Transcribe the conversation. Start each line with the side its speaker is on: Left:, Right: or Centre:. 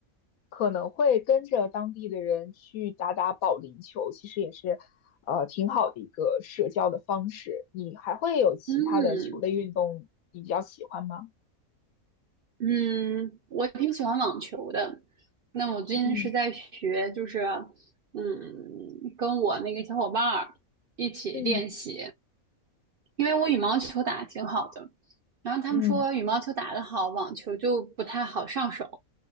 Left: 可能会跟着当地的人去打打保龄球，其实也是呃挺好的一个社交的方式。你还会有其他的球类运动你比较喜欢吗？
Right: 嗯嗯，我挺喜欢网球的。那我最近是在学，
Left: 嗯
Right: 就是嗯，跟我那个小伙伴儿一起练习。
Left: 嗯
Right: 因为我羽毛球打得挺好的，然后他们说羽毛球打得好，
Left: 嗯。
Right: 网球就不太好上手，